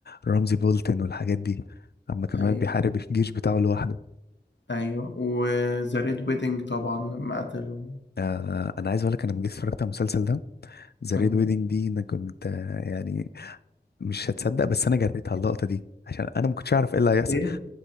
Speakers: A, on the left; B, on the left.
A: رمزي بولتن والحاجات دي اما كان
B: أيوه
A: واقف بيحارب الجيش بتاعه لوحده
B: أيوه وذا ريد ويدنج طبعا لما قتلوا
A: آه انا عايز اقول لك انا لما جيت اتفرجت على المسلسل ده ذا
B: آه.
A: ريد ويدنج دي انا كنت آه، يعني مش هتصدق بس انا جريتها اللقطه دي عشان انا ما كنتش اعرف ايه اللي هيحصل
B: إيه؟